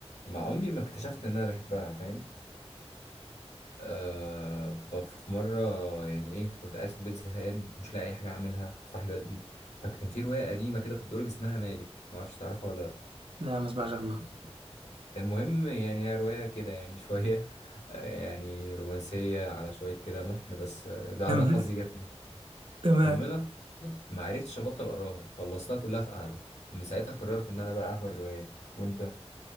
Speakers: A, on the left; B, on the right.
A: مع عمري ما اكتشفت ان انا بحبها فاهم آه ففي مره يعني ايه كنت قاعد في البيت زهقان مش لاقي اي حاجه اعملها صاحي بدري فكان في روايه قديمه كده في الدرج اسمها مالك ما اعرفش تعرفها ولا لا
B: لا ما اسمعش عنه
A: المهم يعني هي روايه كده يعني شويه <laughs> آه، يعني رومانسيه على شويه كده محن بس آه،
B: <laughs>
A: ده
B: تمام
A: ده حظي جه فيها
B: تمام
A: فمنها ما عرفتش ابطل اقراها خلصتها كلها في قعده من ساعتها قررت ان انا بقى اهوى الروايات وانت